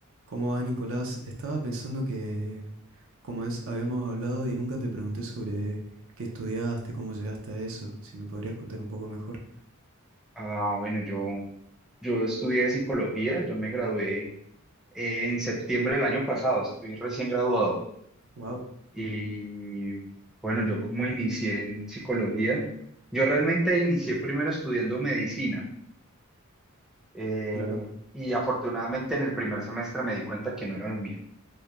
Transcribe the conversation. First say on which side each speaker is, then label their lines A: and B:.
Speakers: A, on the right; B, in the centre.
A: ¿Cómo va, Nicolás? Estaba pensando que, como es, habíamos hablado y nunca te pregunté sobre qué estudiaste, cómo llegaste a eso, si me podrías contar un poco mejor.
B: Ah, bueno, yo, yo estudié psicología, yo me gradué en septiembre del año pasado, estoy recién graduado.
A: Wow,
B: Y bueno, yo como inicié en psicología, yo realmente inicié primero estudiando medicina eh,
A: claro.
B: y afortunadamente en el primer semestre me di cuenta que no era lo mío.